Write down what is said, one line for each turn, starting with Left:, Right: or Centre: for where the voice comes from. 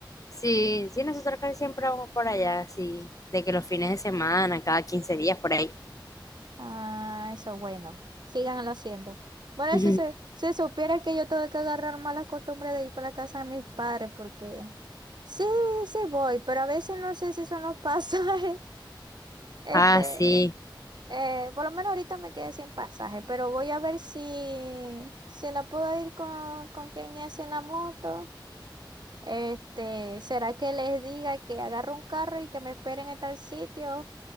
Left: Sí, sí, nosotros casi siempre vamos por allá, sí. De que los fines de semana, cada 15 días, por ahí.
Right: Ah, eso bueno. Síganlo haciendo. Bueno,
Left: Ujú.
Right: si se, si supiera que yo tengo que agarrar malas costumbres de ir para la casa de mis padres, porque sí, sí voy, pero a veces no sé si son los pasajes. <laughs> Este,
Left: Ah, sí.
Right: eh, por lo menos ahorita me quedé sin pasaje, pero voy a ver si, si no puedo ir con, con Kenny así en la moto. Este, ¿será que les diga que agarro un carro y que me esperen en tal sitio?